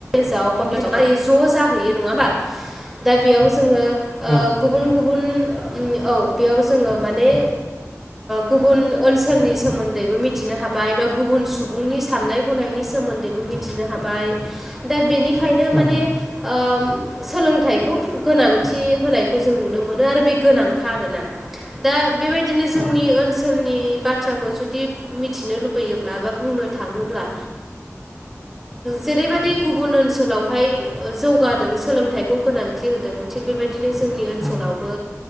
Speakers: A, in the centre; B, on the left (about 15°).
A: जावाब ज' जाहैयो नङाबा दा बेयाव जोङो
B: औ
A: गुबुन गुबुन औ बेयाव जोङो माने गुबुन ओनसोलनि सोमोन्दैबो मिथिनो हाबाय बा गुबुन सुबुंनि साननाय हनायनि सोमोन्दैबो मिथिनो हाबाय दा बेनिखायनो माने
B: ओं
A: ओ सोलोंथाइखौ गोनांथि होनायखौ जों नुनो मोनो आरो बे गोनांखा आरोना दा बेबायदिनो जोंनि
B: औ
A: ओनसोल ओनसोलनि बाथ्राखौ जुदि मिथिनो लुबैयोब्ला बा बुंनो थाङोब्ला जेरै बायदि गुबुन ओनसोलावहाय जौगादों सोलोंथाइखौ गोनांथि होदों थिग बेबायदि बिदिनो जोंनि ओनसोलावबो
B: ओं